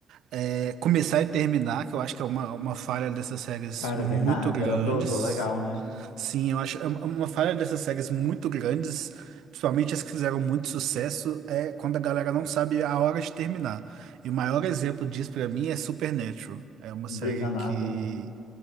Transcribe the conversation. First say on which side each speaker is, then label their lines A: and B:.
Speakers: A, on the right; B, on the left.
A: é, começar e terminar, que eu acho que é uma, uma falha dessas séries
B: Cara,
A: muito
B: é verdade,
A: grandes.
B: ela dosou legal, né?
A: Sim, eu acho é uma é uma falha dessas séries muito grandes, principalmente as que fizeram muito sucesso, é quando a galera não sabe a hora de terminar. E o maior exemplo disso pra mim é Supernatural. É uma
B: Grey's
A: série
B: Anatomy.
A: que,